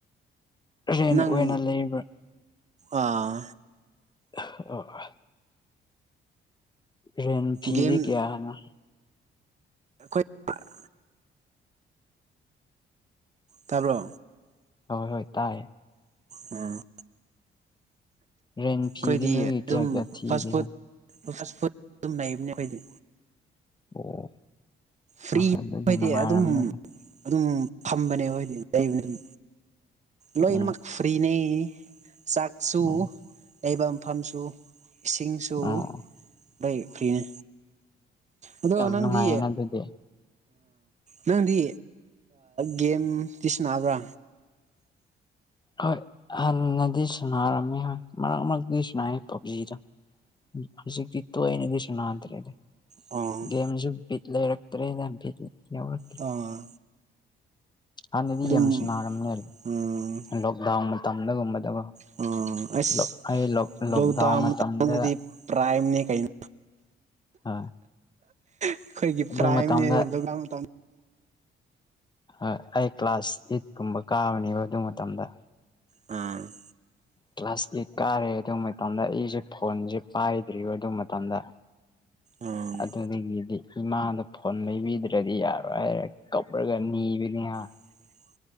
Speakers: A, on the left; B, on the right.
A: ꯔꯦꯟ
B: ꯅꯪ
A: ꯑꯣꯏꯅ ꯂꯩꯕ꯭ꯔꯥ
B: ꯑꯥ
A: ꯑ <unintelligible> ꯔꯦꯟ ꯐꯤꯗꯤ
B: ꯒꯦꯝ
A: ꯀꯌꯥ ꯍꯥꯏꯅ
B: ꯑꯩꯈꯣꯏ <unintelligible> ꯇꯥꯕ꯭ꯔꯣ
A: ꯍꯣꯏ ꯍꯣꯏ ꯇꯥꯏꯌꯦ
B: ꯑꯥ
A: ꯔꯦꯟ ꯐꯤꯗꯤ
B: ꯈꯣꯏꯗꯤ
A: ꯅꯣꯏꯒꯤ
B: ꯑꯗꯨꯝ
A: ꯀꯌꯥ ꯀꯌꯥ ꯊꯤꯒꯦ
B: ꯐꯥꯁ ꯐꯨꯗ ꯐꯥꯁ ꯐꯨꯗ ꯑꯗꯨꯝ ꯂꯩꯕꯅꯦ ꯑꯩꯈꯣꯏꯗꯤ
A: ꯑꯣ
B: ꯐ꯭ꯔꯤ
A: ꯍꯣꯏ ꯑꯗꯨꯗꯤ
B: ꯈꫭꯏꯗꯤ
A: ꯅꯨꯡꯉꯥꯏꯔꯝꯅꯤ
B: ꯑꯗꯨꯝ ꯑꯗꯨꯝ ꯐꯝꯕꯅꯦꯕ ꯍꫭꯏꯗꯤ ꯂꯩꯕꯅꯤ ꯑꯗꯨꯝ ꯂꯣꯏꯅꯃꯛ
A: ꯎꯝ
B: ꯐ꯭ꯔꯤꯅꯦ ꯆꯥꯛ ꯁꯨ
A: ꯎꯝ
B: ꯂꯩꯕ ꯃꯐꯝꯁꯨ ꯏꯁꯤꯡꯁꯨ
A: ꯑꯣ
B: <unintelligible> ꯐ꯭ꯔꯤꯅꯦ ꯑꯗꯣ
A: ꯌꯥꯝ
B: ꯅꯪꯗꯤ
A: ꯅꯨꯡꯉꯥꯏꯌꯦꯅ ꯑꯗꯨꯗꯤ
B: ꯅꯪꯗꯤ ꯒꯦꯝꯗꯤ ꯁꯅꯥꯕ꯭ꯔꯥ
A: ꯍꯣꯏ ꯍꯅꯗꯤ ꯁꯨꯅꯔꯝꯃꯤ ꯍꯣꯏ ꯃꯔꯛ ꯃꯔꯛꯇ ꯁꯔꯤ ꯄꯕꯖꯤꯗ ꯍꯧꯖꯤꯛꯇꯤ ꯇꯣꯏꯅꯗꯤ ꯁ ꯅꯥꯗ꯭ꯔꯦꯗꯤꯦꯝꯁꯨ
B: ꯑꯣ
A: ꯐꯤꯠ ꯂꯩꯔꯛꯇ꯭ꯔꯦꯅ ꯐꯤꯠ ꯌꯥꯎꯔ
B: ꯑꯥ
A: ꯍꯥꯟꯅꯗꯤ
B: ꯑꯗꯨꯝ
A: ꯌꯥꯝ ꯁꯅꯥꯔꯝꯅꯦ
B: ꯎꯝ
A: ꯂꯣꯛꯗꯥꯎꯟ ꯃꯇꯝꯗꯒꯨꯝꯕꯗꯒ
B: ꯎꯝ ꯑꯁ
A: ꯂꫭꯛ ꯑꯩ ꯂꫭꯛ ꯂꫭꯛꯗꯥꯎꯟ
B: ꯂꯣꯛꯗꯥꯎꯟ
A: ꯃꯇꯝꯗ
B: ꯃꯇꯝꯗꯗꯤ ꯄ꯭ꯔꯥꯏꯝꯅꯦ ꯀꯩꯅꯣ
A: ꯑꯥ
B: ꯑꯩꯈꯣꯏꯒꯤ
A: ꯑꯗꯨ
B: ꯄ꯭ꯔꯥꯏꯝꯅꯦ
A: ꯃꯇꯝꯗ
B: ꯂꯣꯛꯗꯥꯎꯟ ꯃꯇꯝ
A: ꯑꯩ ꯀ꯭ꯂꯥꯁ ꯑꯩꯠ ꯀꯨꯝꯕ ꯀꯥꯕꯅꯦꯕ ꯑꯗꯨ ꯃꯇꯝꯗ
B: ꯑꯝ
A: ꯀ꯭ꯂꯥꯁ ꯑꯦꯠ ꯀꯥꯔꯦ ꯑꯗꯨ ꯃꯇꯝꯗ ꯑꯩꯁꯦ ꯐꯣꯟꯁꯦ ꯄꯥꯏꯗ꯭ꯔꯤꯕ ꯑꯗꯨ ꯃꯇꯝꯗ
B: ꯎꯝ
A: ꯑꯗꯨꯗꯒꯤꯗꯤ ꯏꯃꯥꯗ ꯐꯣꯟ ꯂꯩꯕꯤꯗ꯭ꯔꯗꯤ ꯌꯥꯔꯣꯏ ꯍꯥꯏꯔꯦ ꯀꯞꯔꯒ ꯅꯤꯕꯅꯤꯍ
B: <inaudible>